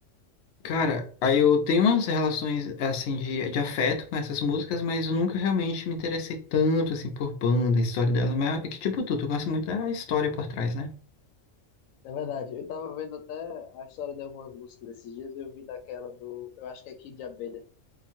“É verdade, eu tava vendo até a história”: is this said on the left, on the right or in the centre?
Left